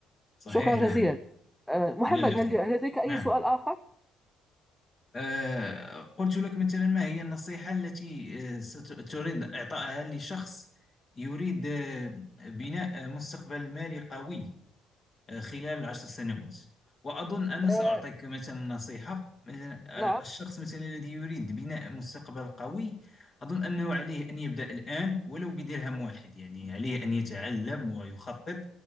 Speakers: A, on the left; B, in the centre.
A: صحيح
B: شكرا جزيلا
A: نعم
B: أه، محمد
A: إلى اللقاء
B: هل هل لديك أي
A: نعم
B: سؤال آخر؟
A: آه، قلت لك مثلا ما هي النصيحة التي آه، ستريد إعطائها لشخص يريد آه، بناء آه، مستقبل مالي قوي آه، خلال عشر سنوات وأظن أنا سأعطيك
B: أه،
A: مثلا نصيحة مثلا آه،
B: نعم
A: الشخص مثلا الذي يريد بناء مستقبل قوي أظن أنه عليه أن يبدأ الآن ولو بدرهم واحد يعني عليه أن يتعلم ويخطط